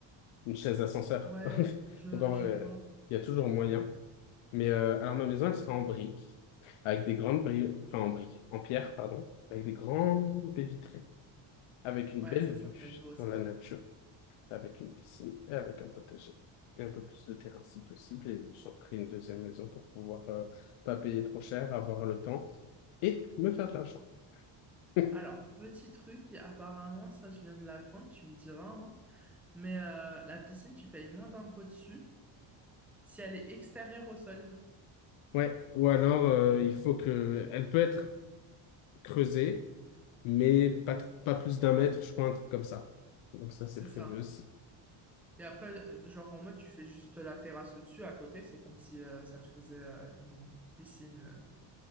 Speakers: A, on the left; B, in the centre.
A: une chaise ascenseur.
B: Ouais,
A: <laughs>
B: je,
A: Donc en
B: je
A: vrai,
B: vois.
A: il y a toujours moyen. Mais euh, alors ma maison, elle sera en briques, avec des grandes briques, enfin en briques, en pierre, pardon, avec des grands baies vitrées, avec une
B: Ouais,
A: belle
B: ça,
A: vue
B: ça peut être beau,
A: sur
B: ça.
A: la nature avec une piscine et avec un potager. Et un peu plus de terrain si possible. Et j'offrirai une deuxième maison pour pouvoir euh, pas payer trop cher, avoir le temps et me faire de l'argent. <laughs>
B: Alors, petit truc, qui, apparemment, ça, je viens de l'apprendre, tu me diras, hein, mais euh, la piscine, tu payes moins d'impôts dessus. Si elle est extérieure au sol,
A: Ouais, ou alors euh, il faut que elle peut être creusée, mais pas trop- pas plus d'un mètre, je crois, un truc comme ça. Donc ça, c'est
B: c'est
A: prévu
B: ça.
A: aussi.
B: Et après, euh, genre en mode, tu fais juste la terrasse au-dessus, à côté, c'est comme si euh, ça te faisait euh, une piscine euh,